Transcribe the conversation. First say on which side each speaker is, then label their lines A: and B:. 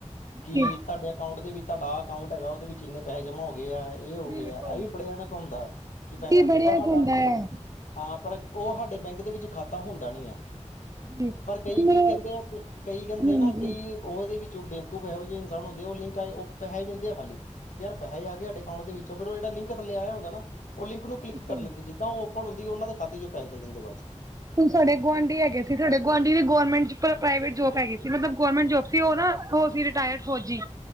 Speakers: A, on the right; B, on the left.
A: ਜੀ
B: ਕਿ ਤੁਹਾਡੇ ਅਕਾਊਟ ਦੇ ਵਿੱਚ ਤੁਹਾਡਾ ਅਕਾਊਂਟ ਹੈਗਾ, ਉਹਦੇ ਵਿੱਚੰਨੇ ਪੈਸੇ ਜਮਾ ਹੋ ਗਏ ਹੈ। ਇਹ ਹੋ
A: ਬਿਲਕੁਲ
B: ਗਏ ਆ ਇਹ ਵੀ ਬੜੇ ਜਾਣੇ ਘੁੰਮਦਾ ਕਿ ਪੈਸੇ
A: ਜੀ
B: ਆਉਂਦੇ
A: ਬੜਿਆ
B: ਪਰ ਸਾਡਾ।
A: ਹੁੰਦਾ ਹੈ।
B: ਹਾਂ ਪਰ ਉਹ ਸਾਡੇ ਬੈਂਕ ਦੇ ਵਿੱਚ ਖਾਤਾ ਹੁੰਦਾ ਨੀ ਆ।
A: ਜੀ ਹੁਣ
B: ਪਰ ਕਈ
A: ਮੇਰੇ
B: ਕੀ ਕਹਿੰਦੇ ਆ ਕਈ ਕਹਿੰਦੇ
A: ਹਾਂਜੀ
B: ਨਾ ਕਈ। ਉਹ ਉਹਦੇ ਵਿੱਚ ਬੇਵਕੂਫ ਇਹੋ ਜਿਹੇ ਇਨਸਾਨ ਹੁੰਦੇ ਉਹ ਲਿੰਕ ਆਏ ਉਹ ਪੈਸੇ ਦਹਿੰਦੇ ਆ ਖਾਲੀ। ਯਾਰ ਪੈਸੇ ਆਏਡੇ ਅਕਾਊਟ ਦੇ ਵਿੱਚੋਂ ਫਿਰ ਉਹ ਜਹੜ ਲਿੰਕ ਥੱਲੇਇ ਹੁੰਦਾ ਨਾ ਉਹ ਲਿੰਕ ਨੂੰ ਕਿੱ
A: ਬਿਲਕੁਲ।
B: ਕਰ ਲੈਂਦੇ। ਜਿੱਦਾਂ ਓਪ ਹੁੰਦੀ ਉਹਨਾਂ ਖਾਤੇ 'ਚ ਪੈਸੇ ਚਲ ਜਾਂਦੇ ਬਾਅਦ ਚ
A: ਸਾਡੇ ਗੁਆਂਢੀ ਹੈਗੇ ਸੀ, ਸਾਡੇ ਗੁਆਂਢੀ ਦੀ ਗੌਰਰਮੈਂਟ ਪ੍ਰਾਈਵੇਟ ਜੋਬ ਹੈਗੀ ਸੀ ਮਤਲਬ ਗੌਰਰਮੈਂਟ ਜੋਬ ਸੀ ਉਹ ਨਾ ਉਹ ਸੀ ਰਿਟਾਇਰਡ ਫੌਜੀ